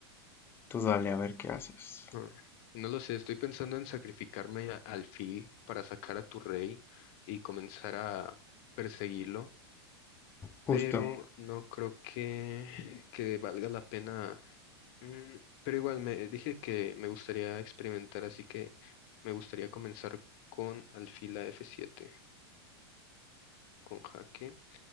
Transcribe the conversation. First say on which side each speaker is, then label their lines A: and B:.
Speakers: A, on the left (about 15°); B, on the left (about 45°).
A: tú dale a ver qué haces.
B: Ah, No lo sé, estoy pensando en sacrificarme a- al alfil para sacar a tu rey y comenzar a perseguirlo.
A: Justo.
B: pero no creo que, que valga la pena. Mm, pero igual me dije que me gustaría experimentar, así que me gustaría comenzar con alfila F7, con jaque.